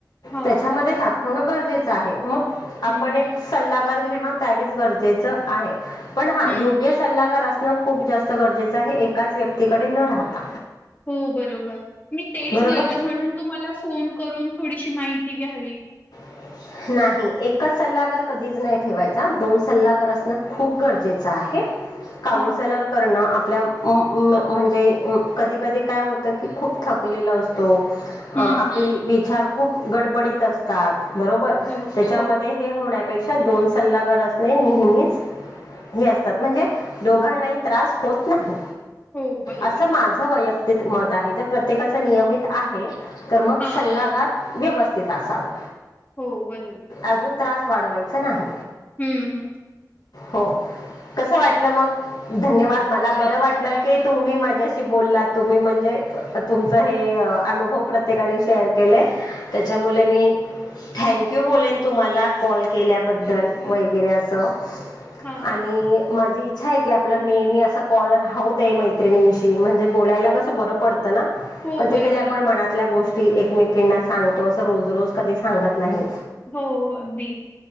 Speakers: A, on the left; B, on the left.
A: हां.
B: त्याच्यामध्ये ताकत दाखवण गरजेचं आहे. मग, आपण
A: हं,
B: एक सल्लागार घेणं त्यावेच गरजेचं आहे. पण हा,
A: हं.
B: योग्य सल्लागार असणं खूप जास्त गरजेचं आहे एकाच व्यक्तीकडे न राहता.
A: हो बरोबर, मी तेच
B: बरोबर.
A: म्हटलं म्हणून तुम्हाला फोन करून थोडीशी माहिती घ्यावी.
B: <inaudible> नाही एकच सल्लागार कधीच नाही ठेवायचा दोन सल्लागार असणं खूप गरजेचं आहे. काउन्सेलर
A: हां.
B: करणं आपल्या म म्हणजे कधी कधी काय होतं की खूप थकलेल असतो. अ
A: हं.
B: आपली विचार खूप गडबडीत असतात. बरोबर,
A: हो,
B: त्याच्यामध्ये
A: हो,
B: हे होण्यापेक्षा दोन सल्लागार असणे नेहमीच हे असतात, म्हणजे दोघांनाही त्रास होत नाही.
A: हो, बरोबर.
B: असं माझ वैयक्तिक मत आहे, ज प्रत्येकाच नियमित आहे. तर मग
A: हां.
B: सल्लागार व्यवस्थित असाव
A: हो, बरोबर.
B: अजून त्रास वाढवायचं नाही.
A: हम्म हम्म.
B: हो, कसं वाटलं मग? धन्यवाद! मला बरं वाटलं की तुम्ही माझ्या बोलला, तुम्ही म्हणजे तुमच अनुभव प्रत्येकांनी शेर केले, त्याच्यामुळे मी थॅन्क यू बोलेन तुम्हाला कॉल के ल्याबद्दल वगैरे असं
A: हां.
B: आणि माझी इच्छा आहे की आपला नेहमी असा कॉल राहूदे मैत्रिणींशी म्हणजे बोलायला कसं बरं पडतं. ना
A: हो,
B: कधीतरी
A: बरोबर
B: आपण
A: आहे.
B: मनात गोष्टी एकमेकांना सांगतो असं रोज रोज कधी सांगत नाही.
A: हो, अगदी.